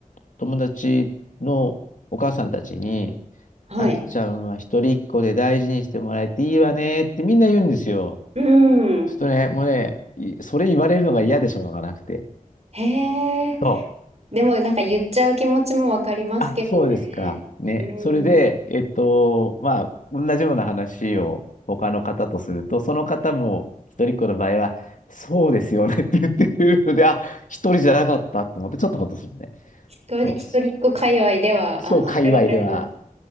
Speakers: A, on the left; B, on the right.
A: 友達のお母さんたちに、
B: はい。
A: あきちゃんは一人っ子で大事にしてもらえていいわねってみんな言うんですよ。
B: う
A: ちょっとね、
B: ん。
A: もうね、いそれ言われるのが嫌でしょうがなくて。
B: へえ。
A: そう。
B: でもなんか言っちゃう気持ちもわかりますけどね。
A: あ、そうですか。ね。
B: うん。
A: それで、えっと、まあ、同じような話を他の方とすると、その方も一人っ子の場合は、そうですよねって言ってくれるので、あ、一人じゃなかったと思って、ちょっとほっとするね。
B: 一人、
A: そう。
B: 一人っ子界隈では、
A: そう、
B: あの、
A: 界隈では。
B: あるあるの、